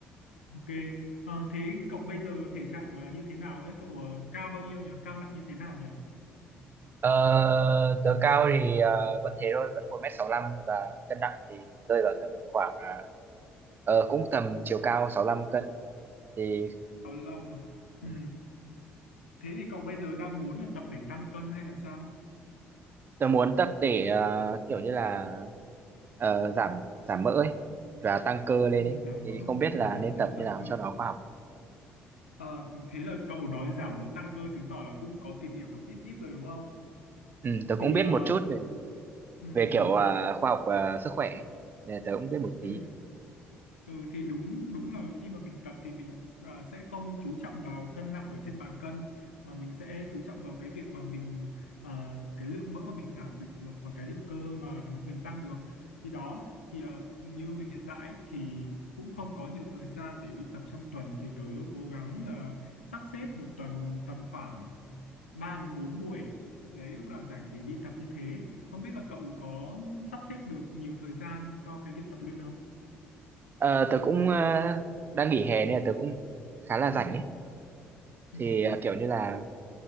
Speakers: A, on the left; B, on the right.
A: Ok Ờ, Thế cậu bây giờ thể trạng ờ, như thế nào ấy Cậu ờ, cao bao nhiêu nhỉ Cao nặng như thế nào nhỉ
B: Ờ, tớ cao thì ờ, vẫn thế thôi, vẫn một mét sáu 65 và cân nặng thì rơi vào tầm khoảng ờ, ờ, cũng tầm chiều cao 65 cân thì
A: 65 à ừ.
B: ừ.
A: Thế thì cậu bây giờ đang muốn là tập để tăng cân hay là sao
B: Tớ muốn tập để ờ, kiểu như là ờ, giảm giảm mỡ ấy và tăng cơ lên
A: ừ,
B: ấy
A: Giảm
B: thì
A: mỡ
B: không biết
A: ừ,
B: là
A: Giảm
B: nên
A: mỡ
B: tập như
A: tăng
B: nào
A: cơ
B: cho nó khoa học.
A: Ờ, Thế là cậu nói giảm mỡ tăng cơ Chứng tỏ là cũng có tìm hiểu một ít ít rồi đúng không
B: Ừ, tớ
A: Thì
B: cũng biết
A: ờ,
B: một chút về
A: ừ,
B: về
A: đúng
B: kiểu
A: rồi
B: ờ, khoa học ờ, sức khỏe ấy. Nên tớ cũng biết một tí.
A: ừ. Ừ thì đúng đúng là khi mà mình tập thì mình à, sẽ không chú trọng vào cân nặng ở trên bàn cân mà mình sẽ chú trọng vào cái việc mà mình à, cái lượng mỡ mà mình giảm được và cái lượng cơ mà mình tăng được thì đó thì à, như mình hiện tại ấy, thì cũng không có nhiều thời gian để đi tập trong tuần thì tớ cố gắng là sắp xếp một tuần tầm khoảng 3 đến 4 buổi đấy lúc nào rảnh thì đi tập như thế không biết là cậu có sắp xếp được nhiều thời gian cho cái việc tập luyện không
B: Ờ, tớ cũng ờ, đang nghỉ hè nên là tớ cũng khá là
A: ừ.
B: rảnh ấy thì
A: Ừ.
B: ờ, kiểu như là